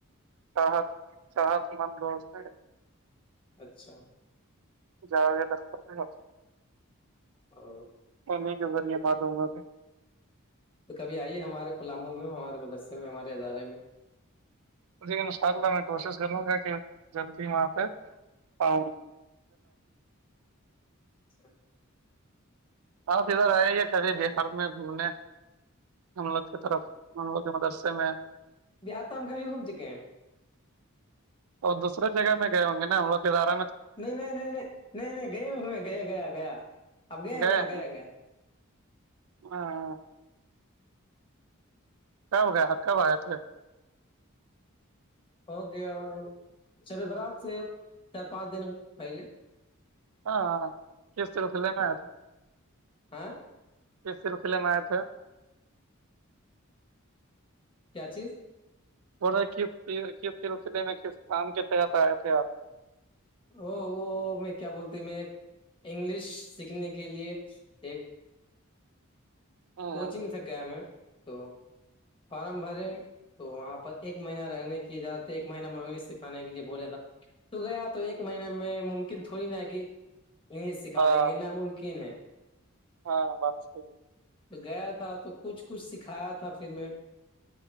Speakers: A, on the right; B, on the left.
A: سحت صحت مند دوست ہے
B: اچھا
A: جا گیا دفتر سے
B: اور
A: پنے کے ذریعے معلوم ہوے
B: تو کبھی آئیے ہمارے پلاموں میں ہمارے مدرسے میں ہمارے ادارے میں
A: جی ان شاء اللہ میں کوشش کروں گا کہ جلدی وہاں پہ آؤں
B: ا <unintelligible>
A: آپ ادھر آئے یہ کبھی بہار میں گھومنے ہم لوگ کی طرف ہم لوگ جو مدرسے میں
B: بہار تام کبی گھوم چکے ہیں
A: اور دوسرری جگہ میں گئے ہوں گے نا ہم وہ ادارے
B: نہیں نہیں نہیں نہیں نہیں نہیں گئے اس میں گیا گیا گیا اب گیا
A: گئے
B: میں نے
A: ہیں؟
B: گیا گیا
A: <inaudible> کب گیا کب آیا تھے
B: اوکے اور شب برات سے چار پانچ دن پہلے
A: ہاںرے میں
B: ہاں
A: آیا
B: ہاں
A: تھار میں آئے تھے
B: کیا چیز
A: کس سلسلے میں کس کام کے تحت آئے تھے آپ
B: وہ وہ میں کیا بولتے میں انگلش سیکھنے کے لیے ایک
A: ہوں،
B: کوچنگ س سے گیا میں تو فارم بھرے تو وہاں پر ایک مہینہ رہنے کی اجازت تھی ایک مہینہ میںنی سےکھانے کے لیے بولے تھا تو گیا تو ایک مہین میں ممکن تھوڑی نا کہ انگلش سکھا
A: ہاں
B: دیں گے ناممکن ہے
A: ہاں بات صحیح
B: گیا تھا تو کچھ کچھ سکھایا تھا پھر میں